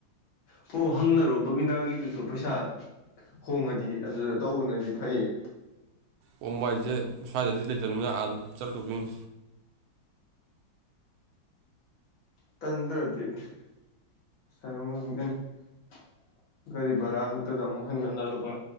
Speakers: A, on the left (about 75°); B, on the right (about 85°).
A: ꯐꯣ ꯍꯪꯅꯔꯣ ꯕꯕꯤꯅꯥꯒꯤꯗꯨꯁꯨ ꯄꯩꯁꯥ ꯍꯣꯡꯉꯗꯤ ꯑꯗꯨꯗ ꯇꯧꯕꯅꯗꯤ ꯐꯩꯌꯦ
B: ꯑꯣ ꯃꯥꯏꯖꯦ ꯁ꯭ꯋꯥꯏꯗꯗꯤ ꯂꯩꯇꯕꯅꯤꯅ ꯑꯥꯗ ꯆꯠꯂꯨꯗꯨꯏꯅꯦ
A: ꯇꯟꯗ꯭ꯔꯗꯤ <unintelligible> ꯒꯥꯔꯤ ꯚꯔꯥ ꯈꯛꯇꯗ ꯑꯃꯨꯛ ꯍꯟꯒꯠ ꯍꯟꯗ ꯂꯨꯄꯥ